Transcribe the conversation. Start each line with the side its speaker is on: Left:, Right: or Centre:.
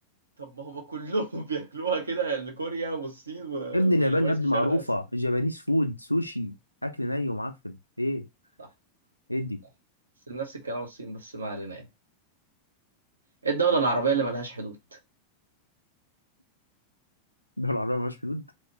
Right: طب ما هما كلهم <laughs> بياكلوها كده يعني كوريا والصين و...
Left: يا ابن اليابان
Right: واليابان
Left: يا ابني
Right: في شرق
Left: معروفه
Right: آسيا
Left: الجابانيز فود سوشي اكل ني ومعفن ايه
Right: صح
Left: ايه دي
Right: صح بس نفس الكلام الصين بس ما علينا يعني إيه الدولة العربية اللي ملهاش حدود؟
Left: الدول العربيه مالهاش حدود